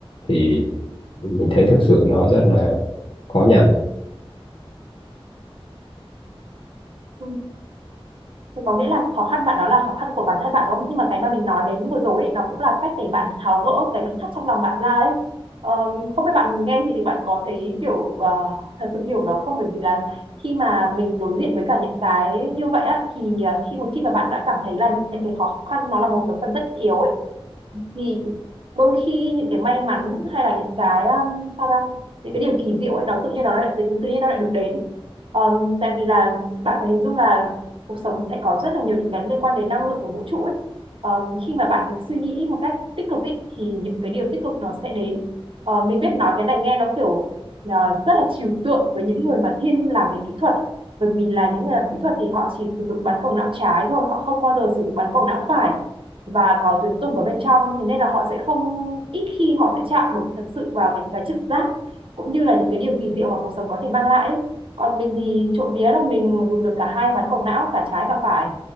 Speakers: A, on the left (about 60°); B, on the right (about 60°).
A: thì mình thấy thực sự nó rất là khó nhằn
B: Ừ. Thì có nghĩa là khó khăn bạn đó là khó khăn của bản thân bạn, đúng không? Nhưng mà cái mà mình nói đến vừa rồi ấy, nó cũng là cách để bạn tháo gỡ cái nút thắt trong lòng bạn ra đấy. Ờ, không biết bạn nghe thì bạn có thấy kiểu ờ, thật sự hiểu nó không? Bởi vì là khi mà mình đối diện với cả những cái như vậy á, thì ờ, khi một khi mà bạn đã cảm thấy là những cái khó khăn nó là một cái phần tất yếu ấy, thì đôi khi những cái may mắn hay là những cái um, sao ra những cái điều kỳ diệu ấy nó tự nhiên nó lại tự, tự nhiên nó lại được đến um, tại vì là bạn phải hình dung là cuộc sống sẽ có rất là nhiều những cái liên quan đến năng lượng của vũ trụ ấy um, khi mà bạn suy nghĩ một cách tích cực ấy, thì những cái điều tích cực nó sẽ đến Ờ, mình biết nói cái này nghe nó kiểu ờ, rất là trừu tượng với những người mà thiên làm về kỹ thuật bởi vì là những người làm kỹ thuật thì họ chỉ sử dụng bán cầu não trái thôi họ không bao giờ sử dụng bán cầu não phải và có tuyến tùng ở bên trong thế nên là họ sẽ không ít khi họ sẽ chạm được thật sự vào những cái trực giác cũng như là những cái điều kỳ diệu mà cuộc sống có thể mang lại còn mình thì trộm vía là mình dùng được cả hai bán cầu não cả trái cả phải